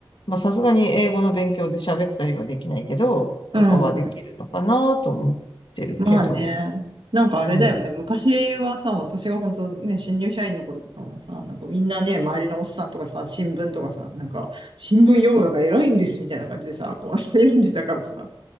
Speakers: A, on the left; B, on the right.
A: まあさすがに英語の勉強で喋ったりはできないけど、
B: うん。
A: とかはできるのかなと思ってるけど、
B: まあね。なんかあれだよね。
A: うん。
B: 昔はさ、私が本当ね、新入社員の頃とかはさ、なんかみんなね、周りのおっさんとかさ、新聞とかさ、なんか、新聞読むのが偉いんですみたいな感じでさ、こう、<laughs> 読んでたからさ。